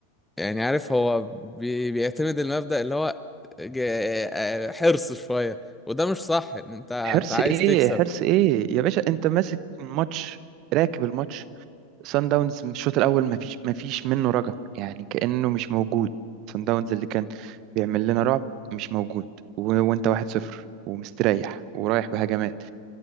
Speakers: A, in the centre; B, on the right.
A: يعني عارف هو بي بيعتمد المبدأ اللي هو جا- حرص شوية وده مش صح ان انت انت
B: حرص
A: عايز
B: ايه
A: تكسب
B: حرص ايه يا باشا انت ماسك الماتش راكب الماتش سان داونز من الشوط الاول ما فيش ما فيش منه رجع يعني كانه مش موجود سان داونز اللي كان بيعمل لنا رعب مش موجود و- وانت واحد صفر ومستريح ورايح بهجمات